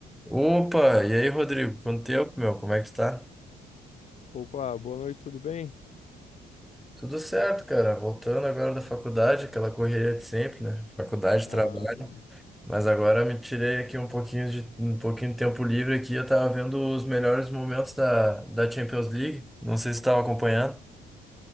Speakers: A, in the centre; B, on the left.
A: Opa, e aí, Rodrigo? Quanto tempo, meu? Como é que tu tá?
B: Opa, boa noite, tudo bem?
A: Tudo certo, cara. Voltando agora da faculdade, aquela correria de sempre, né? Faculdade,
B: Ah,
A: trabalho.
B: mano.
A: Mas agora me tirei aqui um pouquinho de um pouquinho de tempo livre aqui. Eu tava vendo os melhores momentos da, da Champions League. Não sei se tu tava acompanhando.